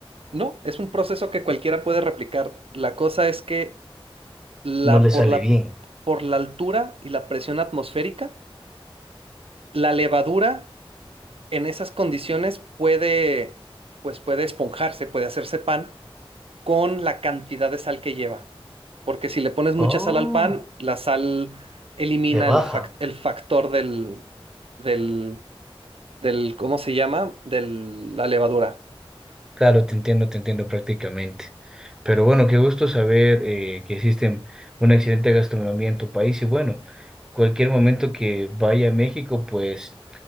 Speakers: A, on the right; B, in the centre.
A: no, es un proceso que cualquiera puede replicar. La cosa es que la,
B: no le
A: por
B: sale
A: la,
B: bien.
A: por la altura y la presión atmosférica, la levadura en esas condiciones puede, pues puede esponjarse, puede hacerse pan con la cantidad de sal que lleva. Porque si le pones mucha
B: Oh,
A: sal al pan, la sal elimina
B: le baja.
A: el, fac- el factor del, del, del, ¿cómo se llama? De la levadura.
B: Claro, te entiendo, te entiendo prácticamente. Pero bueno, qué gusto saber eh, que existe una excelente gastronomía en tu país y bueno, cualquier momento que vaya a México, pues